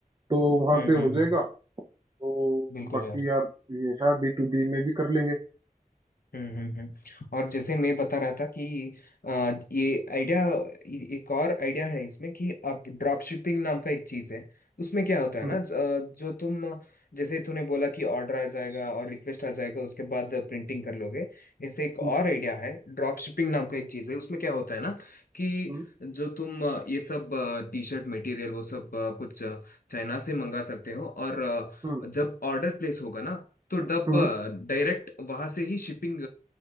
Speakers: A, on the right; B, on the left.
A: तो वहां
B: हम्म
A: से हो
B: हम्म
A: जाएगा
B: हम्म
A: तो
B: बिल्कुल
A: बाकी
B: यार
A: यार ये है बी टू बी में भी कर लेंगे
B: हम्म हम्म हम्म। और जैसे मैं बता रहा था कि आ, ये आइडिया एक और आइडिया है इसमें कि आप ड्रॉप शिपिंग नाम का एक चीज है उसमें क्या होता है
A: हम्म
B: ना ज- अ, जो तुम अ, जैसे तूने बोला कि ऑर्डर आ जाएगा और रिक्वेस्ट आ जाएगा उसके बाद प्रिंटिंग कर लोगे ऐसे एक और
A: हम्म
B: आइडिया है ड्रॉप शिपिंग नाम का एक चीज है उसमें क्या होता है ना कि
A: हम्म
B: जो तुम अ, ये सब टी शर्ट मटेरियल वो सब अ, कुछ अ, चाइना से मंगा सकते हो और
A: हम्म
B: अ, जब ऑर्डर प्लेस होगा ना तो डब
A: हम्म हम्म
B: डायरेक्ट वहां से ही शिपिंग